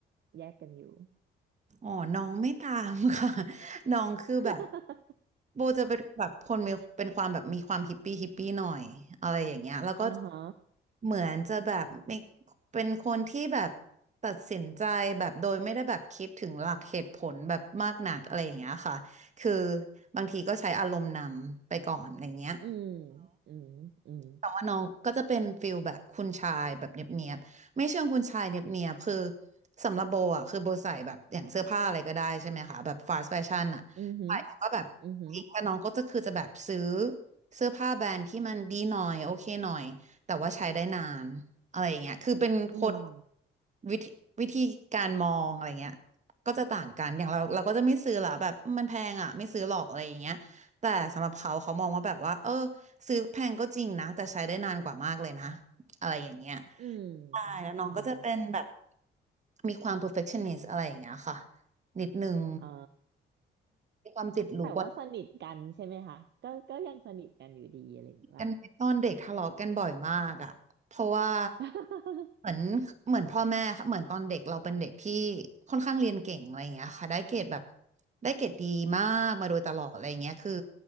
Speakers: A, on the right; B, on the right.
A: แยกกันอยู่
B: อ๋อน้องไม่ตามค่ะ <laughs> น้องคือแบบ
A: <laughs>
B: โบจะเป็นแบบคนมีเป็นความแบบมีความฮิปปี้ฮิปปี้หน่อยอะไรอย่างเงี้ยแล้วก็
A: อ่าฮะ
B: เหมือนจะแบบไม่เป็นคนที่แบบตัดสินใจแบบโดยไม่ได้แบบคิดถึงหลักเหตุผลแบบมากหนักอะไรอย่างเงี้ยค่ะ คือบางทีก็ใช้อารมณ์นำไปก่อนอะไรอย่างเงี้ย
A: อืมอืมอืม
B: แต่ว่าน้องก็จะเป็นฟิลแบบคุณชายแบบเนียบๆไม่เชิงคุณชายเนียบๆคือสำหรับโบอ่ะคือโบใส่แบบอย่างเสื้อผ้าอะไรก็ได้ใช่ไหมคะแบบฟาสต์แฟชั่นอ่ะใส่แล้วก็แบบอีกแต่น้องก็จะคือจะแบบซื้อ
A: อืมหืมอืมหืม
B: เสื้อผ้าแบรนด์ที่มันดีหน่อยโอเคหน่อยแต่ว่าใช้ได้นานอะไรอย่างเงี้ยคือเป็นคน
A: อืม
B: วิธีวิธีการมองอะไรเงี้ยก็จะต่างกันอย่างเราเราก็จะไม่ซื้อละแบบมันแพงอ่ะไม่ซื้อหรอกอะไรอย่างเงี้ยแต่สำหรับเขาเขามองว่าแบบว่าเออ ซื้อแพงก็จริงนะแต่ใช้ได้นานกว่ามากเลยนะอะไรอย่างเงี้ย
A: อืมอืมอืม
B: ใช่แล้วน้องก็จะเป็นแบบมีความ perfectionist อะไรอย่างเงี้ยค่ะนิดนึง
A: อ๋อ
B: มีความติดลูก
A: แต่ว่าสนิทกันใช่ไหมคะก็ก็ยังสนิทกันอยู่ดีอะไรอย่างงี้ป่ะคะ
B: กันไหมตอนเด็กทะเลาะกันบ่อยมากอ่ะเพราะว่า
A: <laughs>
B: เหมือนเหมือนพ่อแม่ค่ะเหมือนตอนเด็กเราเป็นเด็กที่ค่อนข้างเรียนเก่งอะไรอย่างเงี้ยค่ะได้เกรดแบบได้เกรดดีมากมาโดยตลอดอะไรอย่างเงี้ยคือ